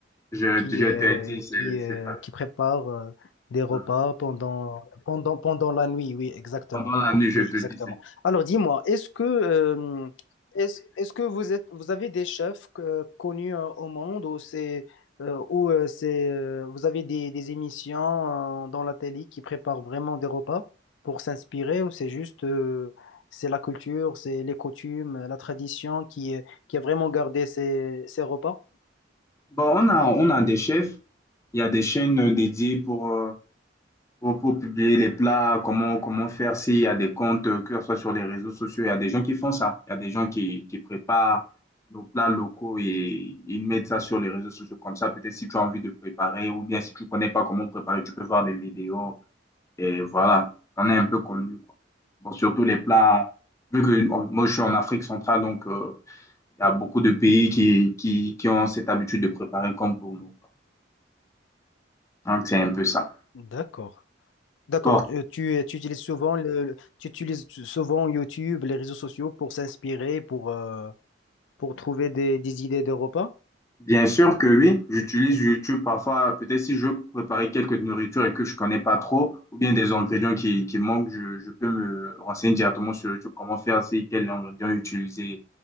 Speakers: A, on the left; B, on the left.
A: Je,
B: qui,
A: je
B: euh,
A: te dis, c'est
B: qui,
A: c'est
B: euh,
A: ça.
B: qui prépare euh, des repas
A: Mm.
B: pendant, pendant, pendant la nuit. Oui, exactement.
A: Pendant la nuit, je
B: Oui,
A: te
B: exactement.
A: dis, c'est
B: Alors, dis-moi, est-ce que, euh, est-ce, est-ce que vous êtes, vous avez des chefs que- connus euh, au monde ou c'est, euh, ou euh, c'est, euh, vous avez des, des émissions euh, dans la télé qui préparent vraiment des repas pour s'inspirer ou c'est juste, euh, c'est la culture, c'est les coutumes, la tradition qui, euh, qui a vraiment gardé ces, ces repas?
A: Bon, on a, on a des chefs. Il y a des chaînes euh, dédiées pour, euh, pour, pour publier les plats, comment, comment faire s'il y a des comptes, euh, que ce soit sur les réseaux sociaux. Il y a des gens qui font ça. Il y a des gens qui, qui préparent nos plats locaux et ils mettent ça sur les réseaux sociaux. Comme ça, peut-être si tu as envie de préparer ou bien si tu connais pas comment préparer, tu peux voir des vidéos. Et voilà, on est un peu connu, quoi. Bon, surtout les plats, vu que on- moi je suis en Afrique centrale, donc euh, il y a beaucoup de pays qui, qui, qui ont cette habitude de préparer comme pour nous. quoi. Donc c'est un peu ça.
B: D'accord. D'accord,
A: Bon,
B: euh, tu, euh, tu utilises souvent le, le- tu utilises souvent YouTube, les réseaux sociaux pour s'inspirer, pour, euh, pour trouver des, des idées de repas?
A: bien sûr que oui, j'utilise YouTube parfois, peut-être si je veux préparer quelques nourritures et que je connais pas trop, ou bien des ingrédients qui, qui manquent, je, je peux me renseigner directement sur YouTube comment faire, c'est quels ingrédients utiliser